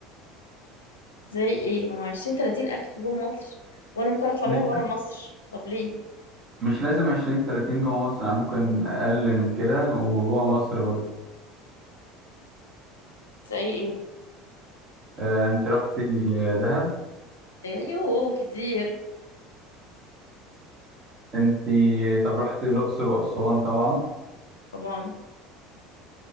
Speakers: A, on the left (about 85°); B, on the right (about 40°).
A: زي ايه ما هو 20 30 الف جوه مصر وانا ممكن اطلع
B: مش
A: بيها بره مصر طب ليه
B: مش لازم عشرين تلاتين جوه مصر يعني ممكن أقل من كده وجوه مصر برضو
A: زي ايه
B: آه انت رحت دهب
A: ايوه كتير
B: انت طب رحت الأقصر وأسوان طبعا
A: طبعا